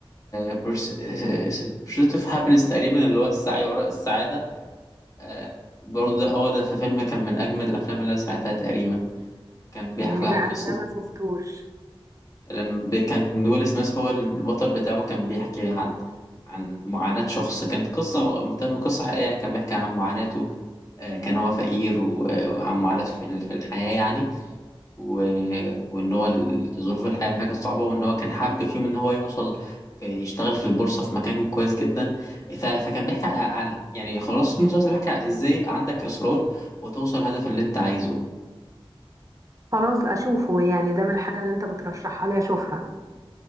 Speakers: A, on the left; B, on the right.
A: بورسيت اوف هابينس تقريبا اللي هو السعي وراء السعادة آه برضو ده- هو ده في فيلم كان من أجمل الأفلام اللي أنا سمعتها تقريبا كان بيحكي
B: مم،
A: عن
B: لا انا
A: قصة
B: ده ما شفتوش
A: لما ب- كان ويل سميث هو البطل بتاعه كان بيحكي عن عن معاناة شخص كانت قصة متن قصة حقيقية يعني كان بيحكي عن معاناته آه، كان هو فقير و- آه، وعن معاناته في ال- في الحياة يعني و... وإن هو ال- ظروف الحياة معاه كانت صعبة وإن هو كان حابب فيهم إن هو يوصل في يشتغل في البورصة في مكان كويس جدا ف... فكان بيحكي على يعني خلاص المسلسل بيحكي على إزاي يبقى عندك إصرار وتوصل الهدف اللي أنت عايزه
B: خلاص اشوفه يعني ده من الحاجه اللي انت بترشحها لي اشوفها